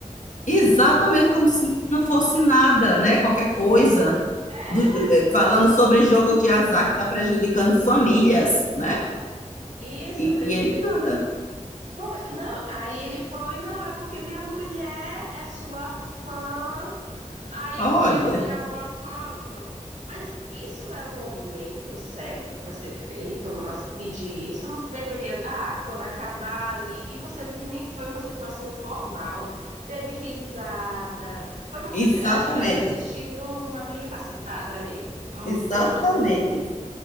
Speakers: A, on the left (about 75°); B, on the right (about 65°).
A: exatamente como se não fosse nada, né? Qualquer coisa.
B: É
A: Do- eh, falando sobre jogo de azar que está prejudicando famílias, né?
B: isso,
A: E,
B: prejudicou
A: e ele nada.
B: Foi, não, aí ele foi, não, é porque minha mulher é sua fã, aí
A: Olha,
B: eu queria tirar uma foto. Mas isso é o momento certo para ser feito, mas pedir isso não deveria. Ah, quando acabar ali, e você vê que nem foi uma situação formal, teve risada, foi como
A: exatamente,
B: se eu ti- ela estivesse assistindo uma videocassetada ali, um,
A: exatamente.
B: pro- pro- pro-